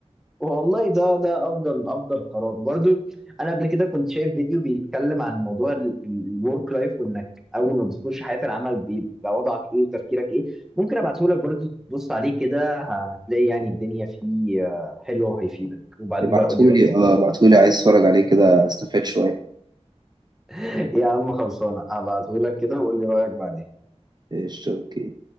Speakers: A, in the centre; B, on the right (about 40°).
A: والله ده ده افضل افضل قرار وبرده انا قبل كده كنت شايف فيديو بيتكلم عن موضوع الورك لايف وانك اول ما بتخش حياه العمل بيبقى وضعك ايه وتفكيرك ايه ممكن ابعته لك برده تبص عليه كده هتلاقي يعني الدنيا فيه آه، حلوه وهيفيدك وبعدين
B: ابعتهولي
A: بقى قول لي رايك
B: اه ابعتهولي عايز اتفرج عليه كده استفاد شوية
A: <laughs> يا عم خلصانه هبعته لك كده وقول لي رايك بعدين
B: قشطة، اوكي